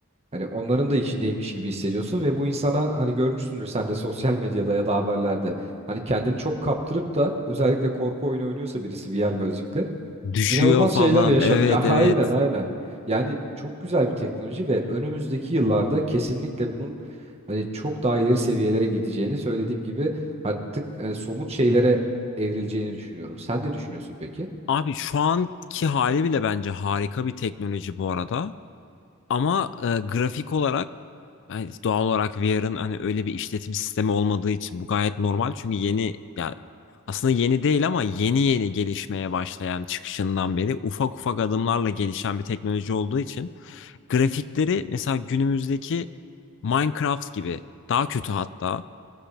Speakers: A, on the right; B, on the left.
A: Hani onların da içindeymiş gibi hissediyorsun ve bu insana hani görmüşsündür sen de sosyal medyada ya da haberlerde. Hani kendini çok kaptırıp da özellikle korku oyunu oynuyorsa birisi VR gözlükle
B: Düşüyor
A: İnanılmaz
B: falan.
A: şeyler yaşanıyor.
B: Evet evet.
A: <laughs> Aynen aynen. Yani çok güzel bir teknoloji ve önümüzdeki yıllarda kesinlikle bunun hani çok daha ileri seviyelere gideceğini söylediğim gibi artık hani somut şeylere evrileceğini düşünüyorum. Sen ne düşünüyorsun peki?
B: Abi şu anki hali bile bence harika bir teknoloji bu arada. Ama e, grafik olarak yani doğal olarak VR'ın hani öyle bir işletim sistemi olmadığı için bu gayet normal. Çünkü yeni ya aslında yeni değil ama yeni yeni gelişmeye başlayan çıkışından beri ufak ufak adımlarla gelişen bir teknoloji olduğu için grafikleri mesela günümüzdeki Minecraft gibi daha kötü hatta